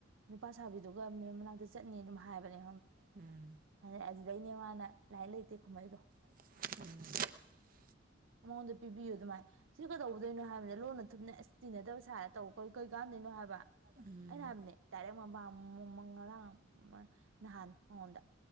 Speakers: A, on the right; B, on the right.
A: ꯅꯨꯄꯥ ꯁꯥꯕꯤꯗꯨꯒ ꯃꯦꯝ ꯃꯅꯥꯛꯇ ꯆꯠꯅꯤ ꯑꯗꯨꯝ ꯍꯥꯏꯕꯅꯦ
B: ꯎꯝ
A: ꯑꯗ ꯑꯗꯨꯗꯩꯅꯦ ꯋꯥꯅ ꯂꯥꯏꯟ ꯂꯩꯇꯦ ꯀꯨꯝꯍꯩꯗꯣ
B: ꯎꯝ
A: ꯃꯉꯣꯟꯗ ꯄꯤꯕꯤꯌꯨ ꯑꯗꯨꯃꯥꯏ ꯁꯤꯁꯨ ꯀꯩꯗꯧꯕꯗꯣꯏꯩꯅꯣ ꯍꯥꯏꯕꯅꯤꯅ ꯂꯣꯟꯅ ꯊꯨꯞꯅ ꯑꯦꯁ ꯇꯤꯟꯅꯗꯕ ꯁꯥꯔ ꯇꯧꯕ ꯀ ꯀꯩ ꯀꯥꯟꯝꯗꯣꯏꯅꯣ ꯍꯥꯏꯕ
B: ꯎꯝ
A: ꯑꯩꯅ ꯍꯥꯏꯕꯅꯦ ꯇꯥꯔꯦ ꯃꯕꯥꯝ ꯃꯃꯪ ꯉꯔꯥꯡ ꯅꯍꯥꯟ ꯃꯉꯣꯟꯗ